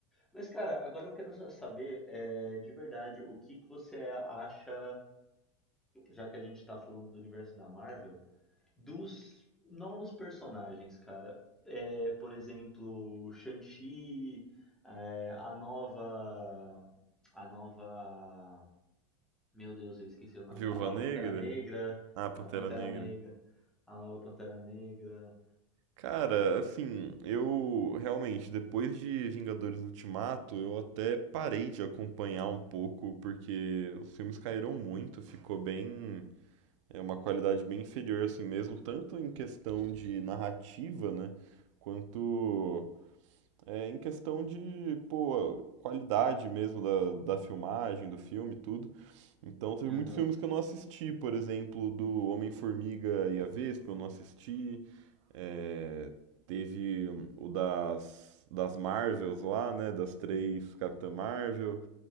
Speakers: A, in the centre; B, on the right.
A: Mas, cara, agora eu quero sa- saber, é, de verdade, o que que você acha, já que a gente tá falando do universo da Marvel dos novos personagens, cara. É, por exemplo, Shang-Chi, é, a nova. A nova. Meu Deus, eu esqueci o nome
B: Viúva
A: dela. A nova
B: Negra?
A: Pantera Negra.
B: Ah, Pantera
A: A Pantera
B: Negra.
A: Negra. A nova Pantera Negra.
B: Cara, assim, eu realmente, depois de Vingadores Ultimato, eu até parei de acompanhar um pouco, porque os filmes caíram muito, ficou bem. É uma qualidade bem inferior, assim mesmo, tanto em questão de narrativa, né? Quanto É, em questão de, pô, qualidade mesmo da, da filmagem, do filme, tudo. Então, teve
A: Aham.
B: muitos filmes que eu não assisti, por exemplo, do Homem-Formiga e a Vespa, eu não assisti. É, teve o das, das Marvels lá, né, das três Capitã Marvel